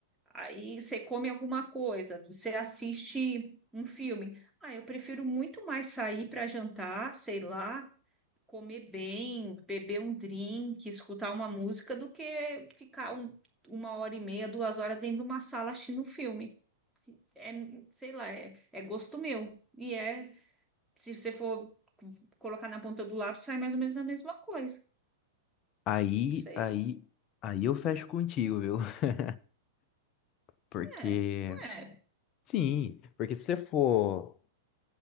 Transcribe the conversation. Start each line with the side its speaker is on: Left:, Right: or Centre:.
Centre: Aí você come alguma coisa, você assiste um filme. Ah, eu prefiro muito mais sair para jantar, sei lá, comer bem, beber um drink, escutar uma música, do que ficar um- uma hora e meia, duas horas dentro de uma sala assistindo um filme. É, sei lá, é, é gosto meu. E é, se você for colocar na ponta do lápis, sai mais ou menos a mesma coisa.
Left: Aí,
Centre: Não sei.
Left: aí, aí eu fecho contigo, viu? <laughs> Porque
Centre: É, não é.
Left: Sim, porque se você for.